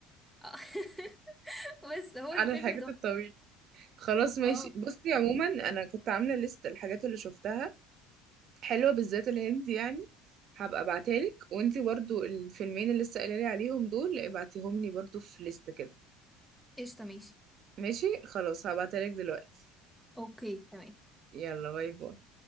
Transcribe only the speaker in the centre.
<laughs> بس هو
الفيلم
تحفة
اه
قشطة ماشي
اوكي تمام